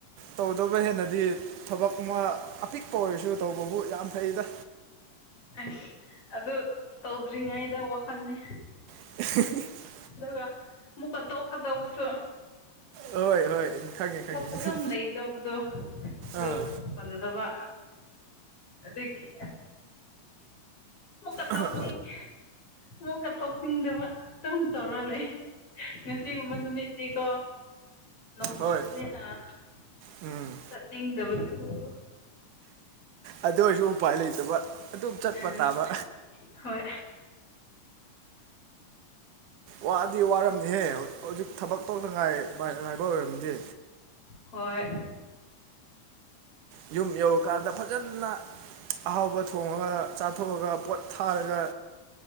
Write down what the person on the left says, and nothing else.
ꯑꯁ ꯑꯗꯨ ꯇꯧꯗ꯭ꯔꯤꯉꯩꯗ ꯋꯥꯈꯜꯅꯤ
ꯑꯗꯨꯒ ꯃꯨꯛꯀ ꯇꯣꯛꯀꯗꯧꯕꯁꯨ
ꯑꯃꯨꯛ
ꯑꯗꯨꯝ ꯂꯩꯒꯗꯧꯕꯗꯣ ꯑꯗꯨ
ꯐꯖꯗꯕ ꯑꯗꯨꯒꯤ ꯑꯃꯨꯛꯀ
ꯇꯣꯛꯅꯤꯡ ꯑꯃꯨꯛꯀ ꯇꯣꯛꯅꯤꯡꯗꯕ ꯑꯗꯨꯝ ꯇꯧꯔ ꯂꯩ ꯉꯁꯤꯒꯨꯝꯕ ꯅꯨꯃꯤꯠꯇꯤꯀꯣ ꯅꯣꯡ
ꯆꯨꯕꯅꯤꯅ ꯆꯠꯅꯤꯡꯗꯕꯗꯨ
ꯑꯥ
ꯍꯣꯏ
ꯍꯣꯏ